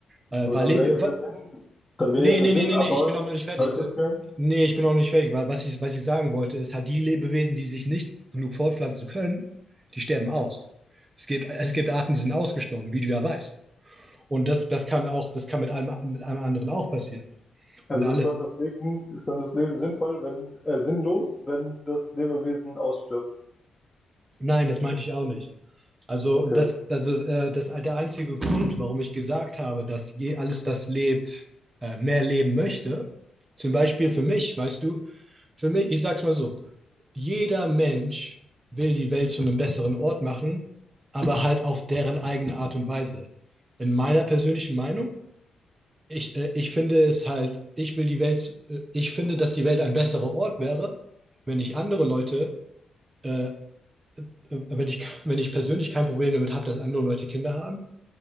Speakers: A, on the right; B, on the left.
A: Äh,
B: Aber
A: weil
B: dann
A: Lebe
B: wäre ja der
A: wa
B: Sinn, dann
A: nee,
B: wäre ja der
A: nee,
B: Sinn,
A: nee, nee,
B: aber,
A: nee, ich bin auch noch nicht fertig.
B: weißt du,
A: Äh,
B: was ich meine?
A: nee, ich bin auch nicht fertig, weil was ich, was ich sagen wollte, ist halt die Lebewesen, die sich nicht genug fortpflanzen können, die sterben aus. Es gibt, es gibt Arten, die sind ausgestorben, wie du ja weißt. Und das, das kann auch, das kann mit einem mit einem anderen auch passieren.
B: Also
A: Und alle,
B: ist dann das Leben, ist dann das Leben sinnvoll, wenn, äh, sinnlos, wenn das Lebewesen ausstirbt.
A: nein, das meinte ich auch nicht. Also,
B: Okay.
A: das, also äh, das, der einzige Grund, warum ich gesagt habe, dass je alles das lebt, äh, mehr leben möchte, zum Beispiel für mich, weißt du, für mich, ich sag's mal so, jeder Mensch will die Welt zu einem besseren Ort machen, aber halt auf deren eigene Art und Weise. In meiner persönlichen Meinung, ich, äh, ich finde es halt, ich will die Welt, äh, ich finde, dass die Welt ein besserer Ort wäre, wenn ich andere Leute, äh, äh, wenn ich, wenn ich persönlich kein Problem damit habe, dass andere Leute Kinder haben